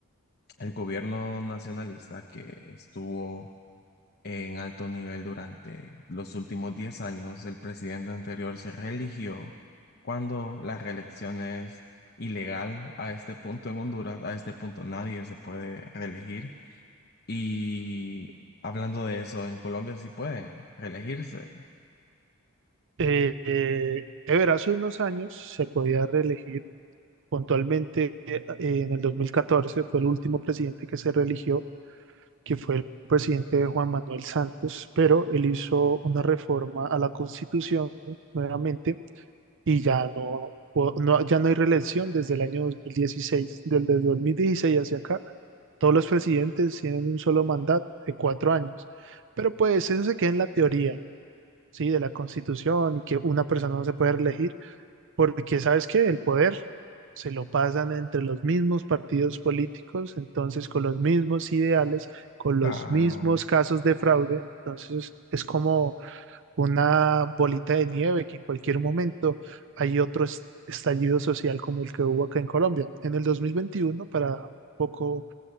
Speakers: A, on the left; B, on the right.
A: el gobierno nacionalista que estuvo en alto nivel durante los últimos 10 años, el presidente anterior se reeligió cuando la reelección es ilegal a este punto en Honduras, a este punto nadie se puede reelegir. Y hablando de eso, en Colombia sí pueden reelegirse.
B: Eh, eh, Ever, hace unos años se podía reelegir. Puntualmente eh, en el 2014 fue el último presidente que se reeligió, que fue el presidente Juan Manuel Santos, pero él hizo una reforma a la Constitución nuevamente y ya no, o- no- ya no hay reelección desde el año 2016, del- desde el 2016 hacia acá. Todos los presidentes tienen un solo mandato de cuatro años. Pero pues eso se queda en la teoría, ¿sí? De la Constitución y que una persona no se puede reelegir, porque ¿sabes qué? El poder se lo pasan entre los mismos partidos políticos, entonces con los mismos ideales, con
A: Claro,
B: los mismos casos de fraude. Entonces es como una bolita de nieve que en cualquier momento hay otro es- estallido social como el que hubo acá en Colombia. En el dos mil veintiuno para un poco